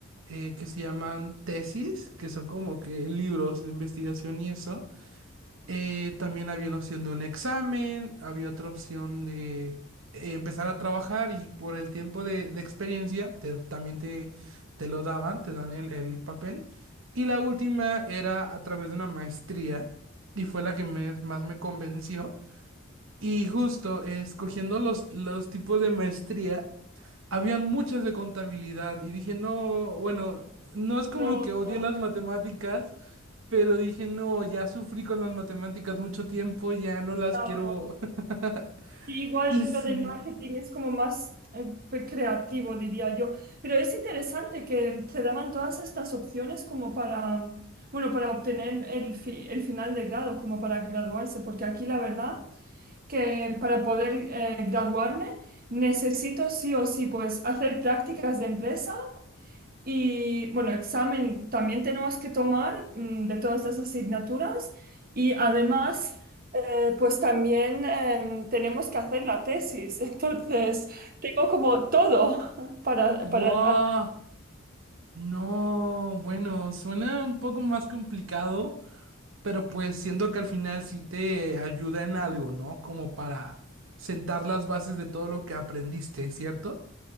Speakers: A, on the right; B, on the right.
A: eh, que se llaman tesis, que son como que libros de investigación y eso. Eh, también había una opción de un examen, había otra opción de eh, empezar a trabajar y por el tiempo de, de experiencia te- también te, te lo daban, te dan el, el papel. Y la última era a través de una maestría y fue la que me- más me convenció. Y justo eh, escogiendo los, los tipos de maestría. Habían muchas de contabilidad y dije, no, bueno, no es como
B: No,
A: que odié
B: no,
A: las matemáticas, pero dije, no, ya sufrí con las matemáticas mucho tiempo, ya no las
B: claro.
A: quiero. <laughs>
B: Y Igual
A: Y sí,
B: lo del marketing es como más eh, pues, creativo, diría yo. Pero es interesante que te daban todas estas opciones como para, bueno, para obtener el, fi- el final de grado, como para graduarse, porque aquí la verdad que para poder eh, graduarme necesito sí o sí pues hacer prácticas de empresa. Y bueno, examen también tenemos que tomar mm, de todas las asignaturas y además eh, pues también em, tenemos que hacer la tesis, <laughs> entonces tengo como todo <laughs> para,
A: guau
B: para hacer.
A: no, bueno, suena un poco más complicado, pero pues siento que al final sí te ayuda en algo, ¿no? Como para sentar las bases de todo lo que aprendiste, ¿cierto?